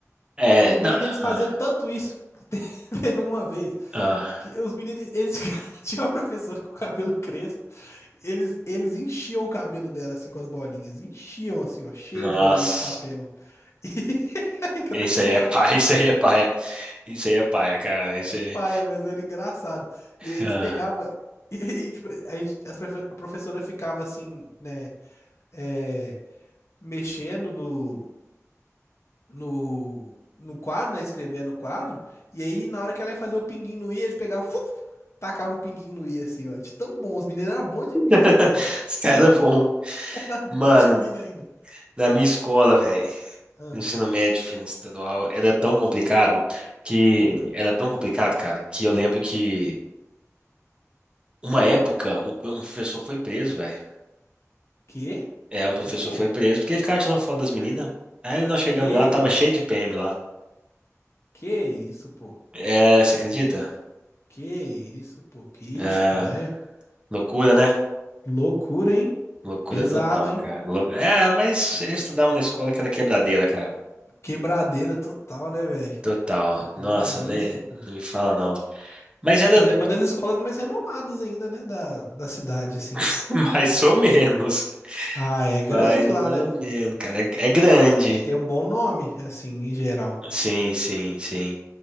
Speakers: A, on the right; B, on the left.
A: É,
B: Os meninos
A: não.
B: eles faziam
A: ah,
B: tanto isso. <laughs> Teve uma vez
A: ah.
B: que os meninos, eles <laughs> tinham uma professora com o cabelo crespo, eles, eles enchiam o cabelo dela, assim, com as bolinhas, enchiam, assim, ó, cheio
A: nossa.
B: de bolinha de papel. E <laughs> era engraçado,
A: Isso aí é paia,
B: tipo,
A: isso aí é paia. Isso aí é paia, cara. Isso aí.
B: paia, mas era engraçado. E aí eles
A: Ah.
B: pegavam, <laughs> e, e, tipo, a gente, as profe- a professora ficava, assim, né, é, mexendo no, no, no quadro, né, escrevendo o quadro, e aí na hora que ela ia fazer o pinguinho no i, eles pegavam, fuf, tacava o pinguinho no i, assim, ó, de tão bom, os meninos eram bons de
A: <laughs>
B: mira ainda,
A: Os caras, pô.
B: <laughs>
A: Mano,
B: Pode vir ainda.
A: na minha escola, velho.
B: Ah,
A: do ensino médio, ensino estadual, era tão complicado que
B: ah.
A: era tão complicado, cara, que eu lembro que uma época o- um professor foi preso, velho.
B: Quê?
A: É, um professor
B: Por quê?
A: foi preso porque ele ficava tirando foto das meninas. Aí nós chegamos
B: Que isso?
A: lá, tava cheio de PM lá.
B: Que isso, pô?
A: É, você acredita?
B: Que isso, pô? Que
A: É,
B: estranho.
A: loucura, né?
B: Loucura, hein?
A: Loucura
B: Pesado,
A: total,
B: hein?
A: cara. Lou- É, mas eu estudava na escola que era quebradeira, cara.
B: Quebradeira total, né, velho?
A: Total. Nossa,
B: Que isso,
A: né?
B: pô.
A: Não me fala não. Mas era
B: Mas é uma das escolas mais renomadas ainda, né, da, da cidade, assim.
A: <laughs> mais ou menos.
B: Ah, é grande
A: Mais
B: lá,
A: ou
B: né, pô?
A: menos, cara. É, é grande.
B: Tem um bom nome, assim, em geral.
A: Sim, sim, sim.